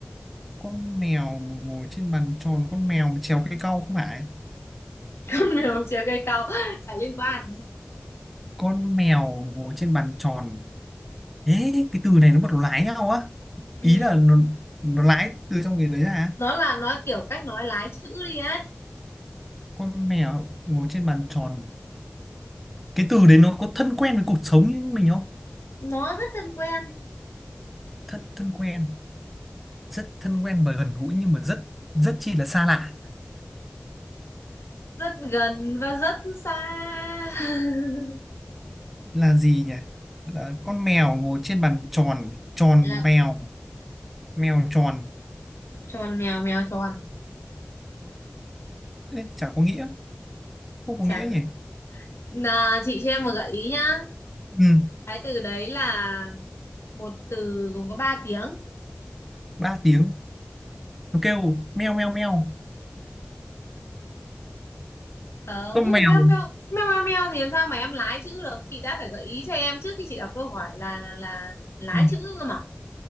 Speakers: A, in the centre; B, on the left.
A: con mèo ngồi trên bàn tròn con mèo mà trèo cây cau không phải
B: <laughs> con mèo chìa cây cau chả liên quan
A: con mèo ngồi trên bàn tròn ế cái từ này nó bắt đầu lái nhau á
B: ừ
A: ý là nó, nó lái từ trong cái đấy ra
B: nó là nó kiểu cách nói lái chữ đi ấy
A: con mèo ngồi trên bàn tròn cái từ đấy nó có thân quen với cuộc sống như mình không
B: nó rất thân quen
A: thân thân quen rất thân quen và gần gũi nhưng mà rất rất chi là xa lạ
B: rất gần và rất xa <laughs>
A: là gì nhỉ là con mèo ngồi trên bàn tròn tròn
B: là
A: mèo mèo tròn
B: tròn mèo mèo tròn
A: Ê, chả có nghĩa không có
B: chả
A: nghĩa nhỉ
B: Nà, chị cho em một gợi ý nhá.
A: ừ,
B: Cái từ đấy là một từ gồm có ba tiếng.
A: ba tiếng nó kêu meo meo meo
B: Không,
A: con mèo
B: meo meo meo meo meo thì làm sao mà em lái chữ được? Chị đã phải gợi ý cho em trước khi chị đọc câu hỏi là là lái
A: ừ.
B: chữ cơ mà.